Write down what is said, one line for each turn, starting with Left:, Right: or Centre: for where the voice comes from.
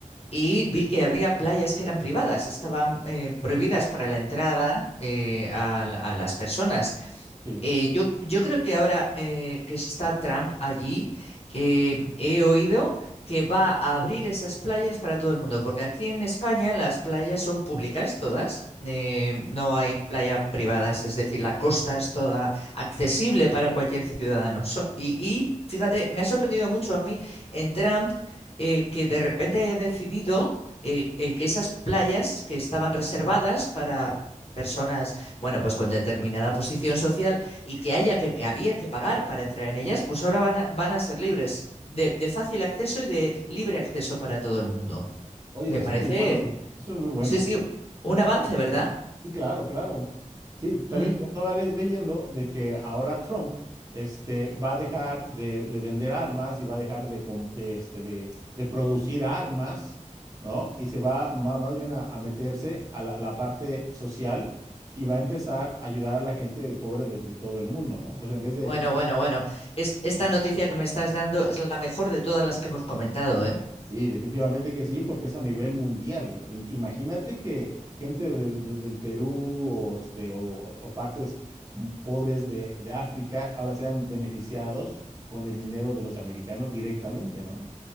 Left: y vi que habría playas que eran privadas, estaban eh, prohibidas para la entrada eh, a, a las personas.
Right: Sí.
Left: Eh, yo, yo creo que ahora eh, que está Trump allí, eh, he oído que va a abrir esas playas para todo el mundo, porque aquí en España las playas son públicas todas, eh, no hay playa privadas, es decir, la costa es toda accesible para cualquier ciudadano. So- y, y fíjate, me ha sorprendido mucho a mí en Trump eh, que de repente haya decidido eh, eh, que esas playas que estaban reservadas para personas, bueno, pues con determinada posición social y que haya que había que pagar para entrar en ellas, pues ahora van a, van a ser libres de, de fácil acceso y de libre acceso para todo el mundo.
Right: Oye,
Left: Me
Right: eso
Left: parece,
Right: es muy bueno, eso es muy bueno.
Left: sí, sí, un avance, ¿verdad?
Right: Sí, claro, claro. Sí, también
Left: Mm.
Right: yo estaba le- leyendo de que ahora Trump este, va a dejar de, de vender armas y va a dejar de, com- de, este, de, de producir armas, ¿no? Y se va ma- más, bien a, a meterse a la, la parte social y va a empezar a ayudar a la gente pobre de, de todo el mundo, ¿no? Entonces, en vez de
Left: Bueno, bueno, bueno. Es- esta noticia que me estás dando es la mejor de todas las que hemos comentado, ¿eh?
Right: Sí, definitivamente que sí, porque es a nivel mundial. Im- Imagínate que gente de- de- del Perú o, este, o, o- o partes mm, pobres de, de África ahora sean beneficiados con el dinero de los americanos directamente, ¿no?